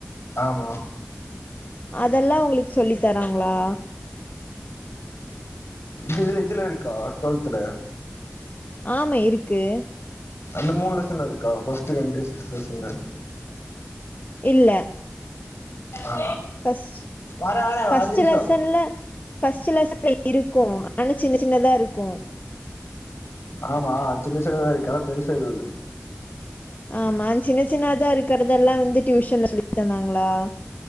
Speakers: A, on the left (about 75°); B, on the left (about 40°).
A: ஆமா
B: அதெல்லா உங்களுக்கு சொல்லி தராங்களா
A: இதுல இதுல இருக்கா டுவெல்தல
B: ஆமே இருக்கு
A: அந்த மூணு லெசன் இருக்கா ஃபஸ்ட் ரெண்டு சிக்ஸ்த் லெசன்ல
B: இல்ல
A: ஆ
B: ஃபஸ்ட்
A: வரே வரே
B: ஃபர்ஸ்ட்
A: ஒரு அஞ்சு நிமிஷோ
B: லெசன்ல ஃபஸ்ட் லெசன் இருக்கும் ஆனா சின்ன சின்னதா இருக்கும்
A: ஆமா சின்ன சின்னதா இருக்கு ஆனா பெருச எதுல்ல
B: ஆமா சின்ன சின்னதா இருக்கிறதெல்லா வந்து டியூஷன்ல சொல்லி தந்தாங்களா